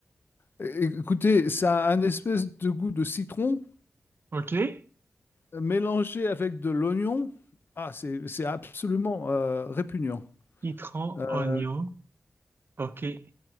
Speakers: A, on the left; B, on the right.
A: É- Écoutez, ça a un espèce de goût de citron
B: OK.
A: euh, mélangé avec de l'oignon. Ah, c'est c'est absolument euh, répugnant.
B: Citron,
A: Euh,
B: oignon. OK.